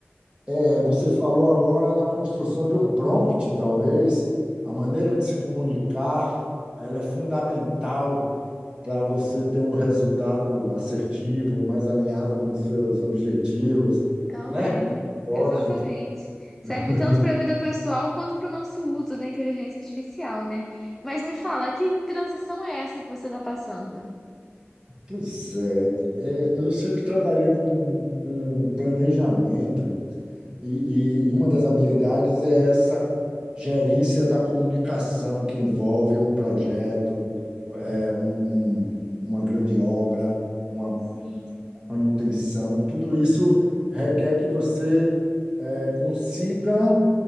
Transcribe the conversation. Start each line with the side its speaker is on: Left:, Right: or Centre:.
Right: É, Você falou agora na construção de um prompt, talvez. A maneira de se comunicar, ela é fundamental para você ter um resultado assertivo, mais alinhado com os seus objetivos,
Centre: Também,
Right: né? Propósito.
Centre: exatamente. Serve
Right: <laughs>
Centre: tanto para a vida pessoal quanto para o nosso uso da inteligência artificial, né? Mas me fala, que transição é essa que você está passando?
Right: Pois é, É, eu sempre trabalhei com, com planejamento E, e- e uma das habilidades é essa gerência da comunicação que envolve um projeto, é, um- um- uma grande obra, uma
Centre: Sim,
Right: manutenção. Tudo isso requer que você eh, consiga